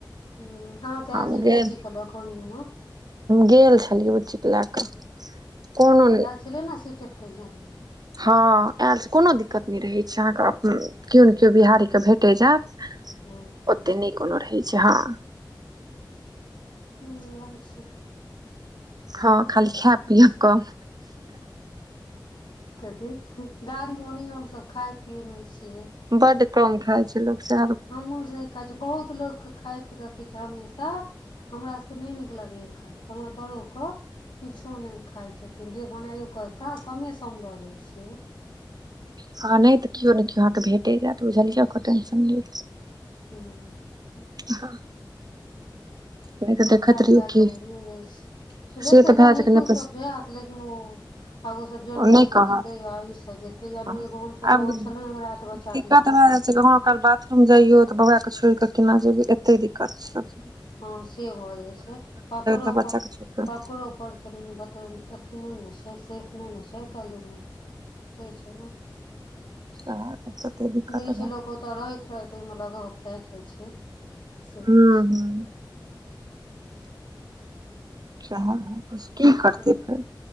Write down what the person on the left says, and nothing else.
ह ह तऽ
आयल झ
बुच्चीे लऽ कनी एना
चलै ने सी टेटके एक्जाम देलऽ
हँ।
हू, अच्छा।
छै
कथी गाड़ी, ओनाहियो हमसभ खाय पियए नहि छियै।
हमहूँ नहि कहै छी, बहुत लोक के खाइत रखैत छै। हमेशा हमरा सभकेँ नहि नीक लगैए खाइत त हमर वादोक किछो नहि खाय छथिन। जे बनाय ओ कऽ कमे सम लऽ जाइ छियै।
हू।
बच्चाके
लैकऽ
भये जाइ छै। जेते
तऽ
नितु
सभ जायत। लेकिन ओ आब ओ सभ जनरल
से
जेते या गारी से जेते एतेह गर्मीमे
हमसभ
तऽ ओहिसँ नहि हमरा त बच्चाे
लै कऽ
गेल।
हँ से भऽ जाइ छै। ककरोपर
ककरो। पर <unintelligible> अथि ने छै से नै नै सही काल्हि दुनिया से छै ने
किछ
लोक ओतय रहैत रहैत ओहिमे लगाव भए जाइ छै। से
तऽ छै
छै